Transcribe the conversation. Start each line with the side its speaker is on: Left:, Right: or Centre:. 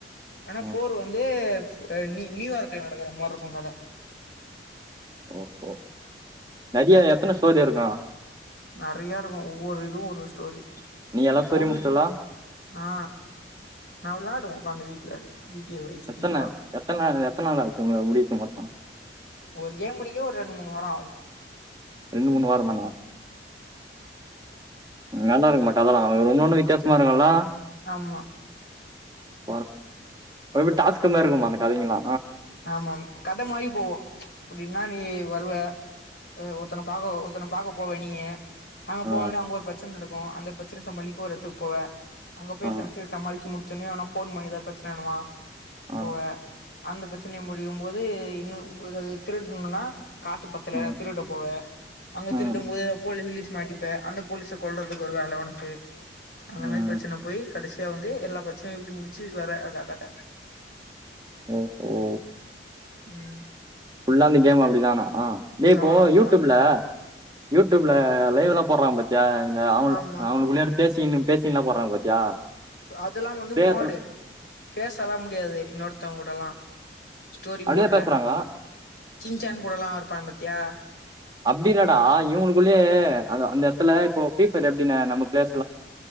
Left: ஆனா
Right: ம்
Left: ஃபோர் வந்து <unintelligible> நியூயார்க்ல நடக்கற மாரி இருக்கு கத
Right: ஓ ஓ நதியா எத்தன சோ <unintelligible> எற ஆ
Left: நெறைய இருக்கு ஒவ்வொரு இதுவு ஒரு ஸ்டோரி
Right: நீ எல்லா ஸ்டோரியு
Left: ஒண்ணு
Right: முடிச்சிட்டலா
Left: ஆ நா வெளையாடுவோ அந்த வீட்டுல வை சிட்டி
Right: எத்தன
Left: எல்லாம்
Right: எத்த நாள் எத்தன நாள் ஆச்சி உங்க முடிக்க மொத்த
Left: ஒரு கேம் முடிக்க ஒரு ரெண்டு மூணு வார ஆகு
Right: ரெண்டு மூணு வாரோ தானா நல்லா இருக்க மாட்டா அதெல்லா ஒன்னொண்ணு வித்தியாசமா இருக்குல
Left: ஆமா
Right: <unintelligible> எப்டி டாஸ்க் மாரி இருக்குமா அந்த கதைங்கெல்லா
Left: ஆமாம் கத மாறி போவு அப்டின்னா நீ வருவ ஒருத்தன பாக்க ஒருத்தன பாக்க போவ நீயி அங்க
Right: ஆ
Left: போனோனே அங்க ஒரு பிரச்சன நடக் கு அந்த பிரச்சன சமாளிக்க ஒரு இடத்துக்கு போவே அங்க போய்
Right: ஆ
Left: பிரச்சன சமாளிச்சு முடி <unintelligible> எவனோ ஃபோன் பண்ணி ஏதுனா பிரச்சனனு வா
Right: ஆ
Left: போவே அந்த பத் பிரச்சன முடியு போது இன்னு ஏதாவது திருடனும்னா காசு பத்தல
Right: ம்
Left: திருட போவே அங்க
Right: ம்
Left: திருடு போது ஏதாவது போலீஸ் கீலிஸ் மாட்டிப்ப அந்த போலீஸ கொல்றதுக்கு ஒரு வேல உனக்கு அந்த
Right: ம்
Left: மாரி பிரச்சன போய் கடசியா வந்து எல்லா பிரச்சனையு இப்டி முடிச்சு வர அதா கத
Right: ஓஹோ
Left: ம்
Right: ஃபுல்லா அந்த கேம் அப்டிதானா ஆ இப்போ
Left: அவ்ளோ அப்டிதா
Right: யூடுப்ல யூடுப் இல்ல லைவ்லா போட்றாங்க பாத்தியா அந்த அவு
Left: ஆமா
Right: அவுங்களுக்குள்ள பேசின்னு பேசிலா போறாங்க பாத்தியா
Left: அதெல்லா வந்து
Right: பேத்துல
Left: மோடு பேசலா முடியாது இன்னொருத்தோங்க கூடலா ஸ்டோரி
Right: அதே
Left: மோட்ல
Right: பேசுறாங்க
Left: சின்சான் கூடலா இருப்பாங்க பாத்தியா
Right: அப்டில்லடா இவுங்களுக்குள்ளயே அந்த இடத்துல இப்ப பே எப்டினா நம்ம பேச